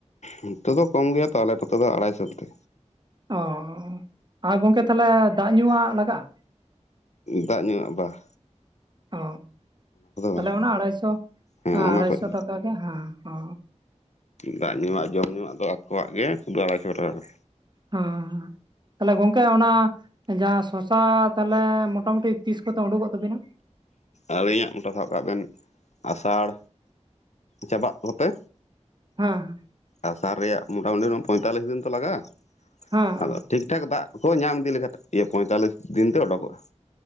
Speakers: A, on the left; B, on the right.
A: ᱱᱚᱛᱮ ᱫᱚ ᱠᱚᱢ ᱜᱮᱭᱟ ᱛᱚ ᱟᱞᱮ ᱱᱚᱛᱮ ᱫᱚ ᱟᱲᱟᱭᱥᱚ ᱠᱟᱛᱮ
B: ᱚ ᱟᱨ ᱜᱚᱝᱠᱮ ᱛᱟᱦᱚᱞᱮ ᱫᱟᱜ ᱧᱩᱣᱟᱜ ᱞᱟᱜᱟᱜ-ᱟ ᱾
A: ᱫᱟᱜ ᱧᱩᱣᱟᱜ ᱵᱟ ᱾
B: ᱚ ᱛᱟᱦᱚᱞᱮ
A: ᱵᱟᱝ
B: ᱚᱱᱟ ᱟᱲᱟᱭᱥᱚ ᱾
A: ᱦᱮᱸ
B: ᱦᱮ
A: ᱚᱱᱟ
B: ᱟᱲᱟᱭᱥᱚ
A: ᱠᱷᱚᱡ
B: ᱴᱟᱠᱟ ᱜᱮ ᱦᱮᱸ ᱦᱚ
A: ᱫᱟᱜ ᱧᱩᱣᱟᱜ ᱡᱚᱢ ᱧᱩᱩᱣᱟᱜ ᱫᱚ ᱟᱠᱚᱣᱟᱜ ᱥᱩᱫᱷᱩ ᱟᱲᱟᱭᱥᱚ ᱴᱟᱠᱟ ᱜᱮ,
B: ᱦᱟᱸ ᱛᱟᱦᱚᱞᱮ ᱜᱚᱝᱠᱮ ᱚᱱᱟ ᱡᱟᱦᱟᱸ ᱥᱚᱥᱟ ᱛᱟᱦᱚᱞᱮ ᱢᱚᱴᱟ ᱢᱩᱴᱤ ᱛᱤᱥ ᱠᱚᱛᱮ ᱩᱰᱩᱠᱚᱜ ᱛᱟᱵᱤᱱᱟ?
A: ᱟᱹᱞᱤᱧᱟᱜ ᱜᱚᱴᱟ ᱥᱟᱵ ᱠᱟᱜ ᱵᱮᱱ ᱟᱥᱟᱲ ᱪᱟᱵᱟᱜ ᱠᱚᱛᱮ
B: ᱦᱟᱸ
A: ᱟᱥᱟᱨ ᱨᱮᱭᱟᱜ ᱢᱚᱴᱟ ᱢᱩᱴᱤ ᱯᱚᱭᱛᱟᱞᱤᱥ ᱫᱤᱱ ᱛᱚ ᱞᱟᱜᱟᱜᱼᱟ ᱾
B: ᱦᱟᱸ ᱾
A: ᱟᱫᱚ ᱴᱷᱤᱠ ᱴᱷᱟᱠ ᱫᱟᱜ ᱠᱚ ᱧᱟᱢ ᱤᱫᱤ ᱞᱮᱠᱷᱟᱱ ᱯᱚᱸᱭᱛᱟᱞᱞᱤᱥ ᱫᱤᱱᱛᱮ ᱚᱰᱳᱠᱚᱜ-ᱟ ᱾